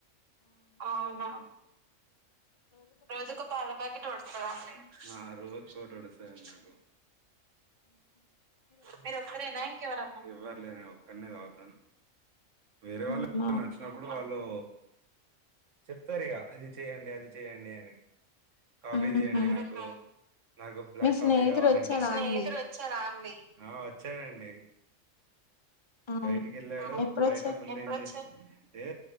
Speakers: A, on the right (about 70°); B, on the left (about 30°).
A: అవునా రోజు ఒక పాల ప్యాకెట్ ఉడతా అండి ఆ రోజుకు ఒకటి ఉడతి అండి నాకు మీరు ఒక్కరేనా ఇంక ఎవర్నా లే నేన ఒకనే తాగుతాను వేరే వాళ్ళు
B: అవునా
A: వచ్చినప్పుడు వా లో చెప్తారు ఇక అది చెయ్యడి అది చెయయండి అని కాఫీ
B: ఉహు
A: చేయండి నాకు నాకు బ్లాక్
B: మీ స్నేహితుడు
A: కాఫీ కావాలడిచ్చన్
B: వచ్చారా అండి
A: ఆ వచ్చాడండి
B: అవునా
A: బయటికి వెళ్ళాడు
B: ఎప్పుడొచ్చారు
A: బయట ఫులు ఏం ఏ